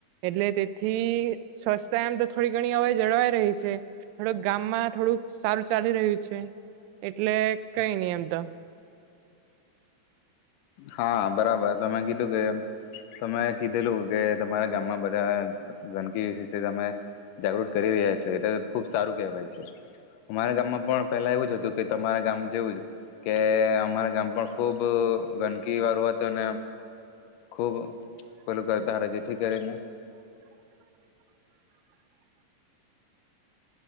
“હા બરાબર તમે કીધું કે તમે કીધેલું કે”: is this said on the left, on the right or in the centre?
Left